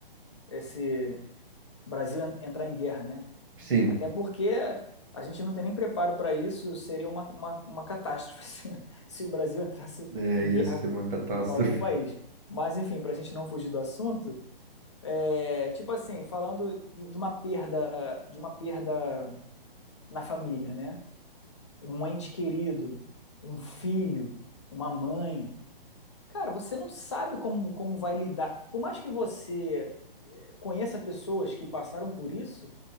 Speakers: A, on the left; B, on the right.
A: esse Brasil en- entrar em guerra, né?
B: sim,
A: Até porque a gente não tem nem preparo para isso, seria uma, uma, uma catástrofe <laughs> se, se o Brasil entrasse
B: é,
A: em
B: ia
A: guerra
B: ser uma
A: com,
B: catástrofe.
A: com algum país. Mas, enfim, para a gente não fugir do assunto, é, tipo assim, falando de, de uma perda, de uma perda na família, né? Um ente querido, um filho, uma mãe. Cara, você não sabe como, como vai lidar. Por mais que você eh, conheça pessoas que passaram por isso,